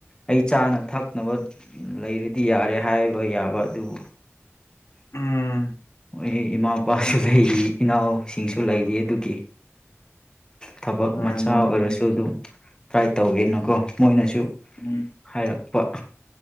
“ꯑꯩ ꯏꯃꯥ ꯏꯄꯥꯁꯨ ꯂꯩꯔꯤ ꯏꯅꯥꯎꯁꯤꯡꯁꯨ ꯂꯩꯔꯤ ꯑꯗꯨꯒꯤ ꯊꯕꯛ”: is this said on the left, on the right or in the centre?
Left